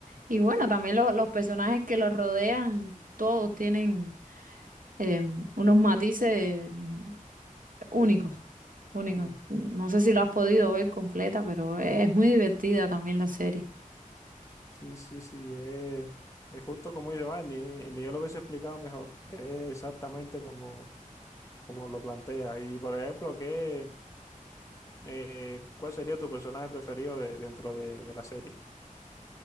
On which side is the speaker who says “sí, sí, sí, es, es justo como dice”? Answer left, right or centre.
Left